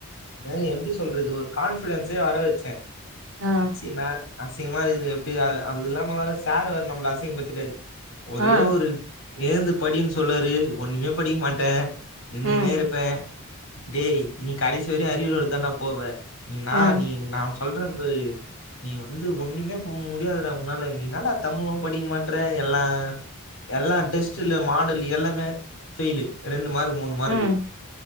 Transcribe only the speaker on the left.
தா எப்டி சொல்றது ஒரு கான்ஃபிடன்ஸே வர வச்சே
ச்சி நா அசிங்கமாருக்குது எப்டி அது அது இல்லாம வேற சார் வேற நம்மள அசிங்க படுத்திட்டாரு ஒரே
ஒரு ஏந்து படினு சொல்லாரு ஒண்ணுமே படிக்க மாட்டே நின்னுக்குனே
இருப்பே டேய் நீ கடைசி வரைக்கு அரியர்றோட தான்டா போவ நீ நா
நீ நா சொல்றபரு நீ வந்து ஒன்னுமே போ முடியாதுடா உன்னால நீ நீ என்னடா தம்முழு படிக்க மாட்ற எல்லா எல்லா டெஸ்ட்டுல மாடல் எல்லாமே ஃபெய்லு ரெண்டு மார்க் மூணு மார்க்கு